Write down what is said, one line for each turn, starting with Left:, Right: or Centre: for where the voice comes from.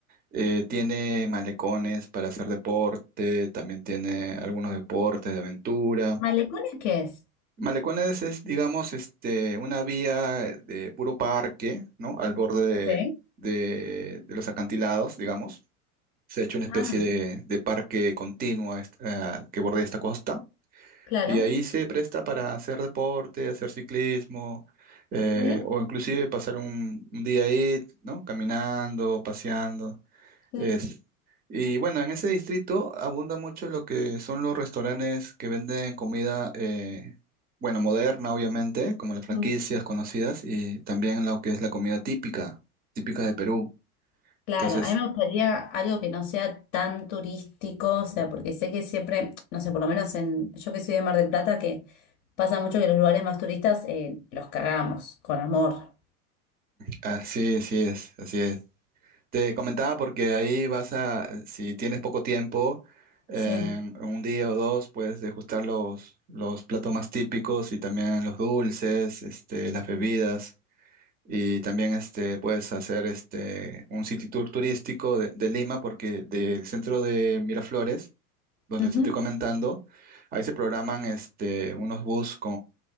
Right: Eh, tiene malecones para hacer deporte, también tiene algunos deportes de aventura.
Left: ¿Malecones qué es?
Right: Malecones es, digamos, este, una vía de puro parque, ¿no? Al borde
Left: Ok.
Right: de, de- de los acantilados, digamos. Se ha hecho una especie
Left: Ah,
Right: de, de parque continuo a est- a- que bordea esta costa.
Left: claro.
Right: Y ahí se presta para hacer deporte, hacer ciclismo, eh,
Left: ¿Sí?
Right: o inclusive pasar un, un día ahí, ¿no? Caminando, paseando.
Left: Sí.
Right: Es. Y bueno, en ese distrito abunda mucho lo que son los restaurantes que venden comida, eh, bueno, moderna, obviamente, como las franquicias
Left: Mm.
Right: conocidas, y también lo que es la comida típica, típica de Perú.
Left: Claro,
Right: Entonces,
Left: a mí me gustaría algo que no sea tan turístico, o sea, porque sé que siempre, no sé, por lo menos en, yo que soy de Mar del Plata, que pasa mucho que los lugares más turistas eh, los cagamos, con amor.
Right: así, sí es, así es. Te comentaba porque ahí vas a, si tienes poco tiempo, eh,
Left: Sí,
Right: en un día o dos puedes degustar los, los platos más típicos y también los dulces, este, las bebidas y también este, puedes hacer este, un city tour turístico de, de Lima porque del centro de Miraflores, donde
Left: ujú,
Right: te estoy comentando, ahí se programan este, unos bus